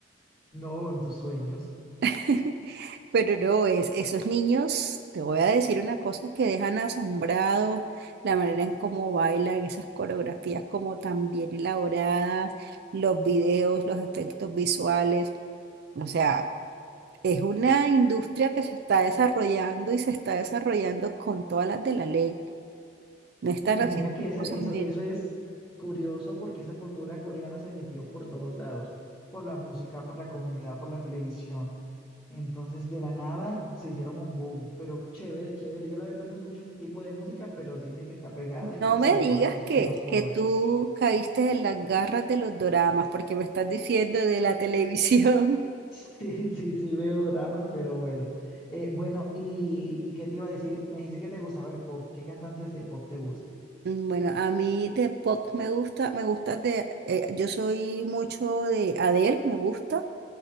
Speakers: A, on the left; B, on the right.
A: No, en tus sueños.
B: <laughs> Pero no, es, esos niños, te voy a decir una cosa que dejan asombrados, la manera en cómo bailan, esas coreografías como tan bien elaboradas, los videos, los efectos visuales. O sea, es una industria que se está desarrollando y se está desarrollando con todas las de la ley. No están
A: Y mira
B: haciendo
A: que
B: las
A: esa-
B: cosas
A: eso,
B: a
A: eso es curioso porque esa cultura coreana se metió por todos lados, por la música, por la comida, por la televisión. Entonces, de la nada se hicieron un boom, pero chévere, chévere. Yo la verdad no escucho ese tipo de música, pero sí sé que está pegada y
B: No
A: sobre
B: me digas
A: todo en los,
B: que,
A: en los jóvenes.
B: que tú caíste en las garras de los doramas, porque me estás diciendo de la <laughs> televisión.
A: Sí, sí, sí, veo dramas, pero bueno. Eh, bueno, y, ¿y qué te iba a decir? Me dijiste que te gustaba el pop. ¿Qué cantantes de pop te gustan?
B: Mm, Bueno, a mí de pop me gusta, me gusta de, eh, yo soy mucho de Adele, me gusta,